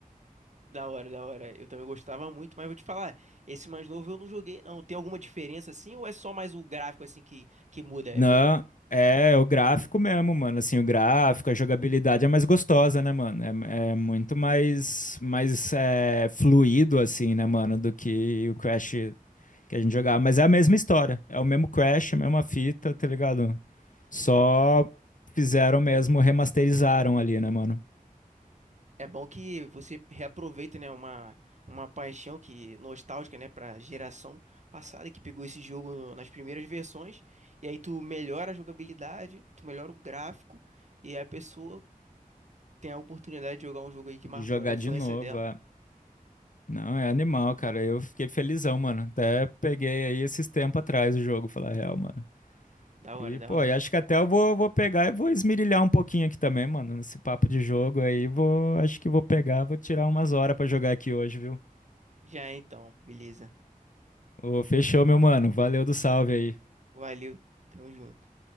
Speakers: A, on the right; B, on the left.
A: Da hora, da hora. Eu também gostava muito, mas vou te falar, esse mais novo eu não joguei, não. Tem alguma diferença assim ou é só mais o gráfico assim que, que muda? É,
B: Não,
A: muda um
B: é, é o gráfico mesmo, mano. Assim, o gráfico, a jogabilidade é mais gostosa, né, mano? É, é muito mais, mais é, fluido, assim, né, mano, do que o Crash que a gente jogava. Mas é a mesma história. É o mesmo Crash, a mesma fita, tá ligado? Só fizeram mesmo, remasterizaram ali, né, mano?
A: É bom que você reaproveita, né, uma, uma paixão que nostálgica, né, para geração passada que pegou esse jogo no- nas primeiras versões, e aí tu melhora a jogabilidade, tu melhora o gráfico, e aí a pessoa tem a oportunidade de jogar um jogo aí que
B: De
A: marcou
B: jogar
A: a infância
B: de novo,
A: dela.
B: é. Não, é animal, cara. Eu fiquei felizão, mano. Até peguei aí esses tempos atrás o jogo, falar a real, mano.
A: Da hora,
B: E,
A: da
B: pô,
A: hora.
B: e acho que até eu vou, vou pegar e vou esmirilhar um pouquinho aqui também, mano, nesse papo de jogo aí. Vou, acho que vou pegar, vou tirar umas horas pra jogar aqui hoje, viu?
A: Já então, beleza.
B: Ô, fechou, meu mano. Valeu do salve aí.
A: Valeu, tamo junto.